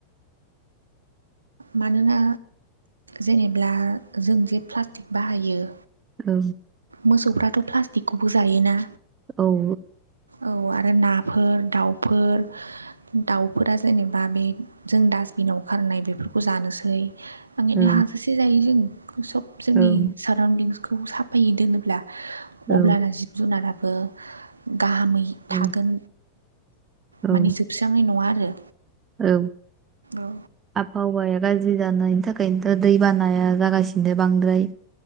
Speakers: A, on the right (about 75°); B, on the right (about 20°).
A: मानोना जेनेब्ला जों जे प्लास्टिक बाहायो
B: औ
A: मोसौफ्राथ' प्लास्टिकखौबो जायोना
B: औ औ
A: औ आरो नाफोर दाउफोर दाउफोरा जेनेबा बे जों डास्टबिनाव खारनाय बेफोरखौ जानोसै ओंखायनो
B: औ
A: हाजासे जायो जों सब जोंनि
B: औ
A: साराउन्दिंसखौ साफायै दोनोब्ला अब्लाना
B: औ
A: जिब जुनाराबो गाहामै थागोन
B: औ औ
A: माने जोबस्राांनाय नङा आरो
B: औ
A: औ
B: आबहावाया गाज्रि जानायनि थाखायनोथ' दै बानाया जागासिनो बांद्राय